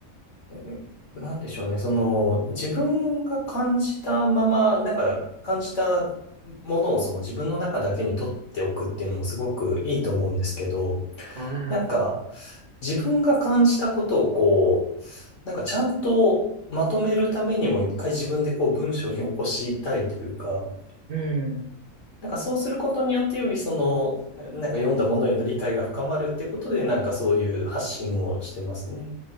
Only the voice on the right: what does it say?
ああ、
うん。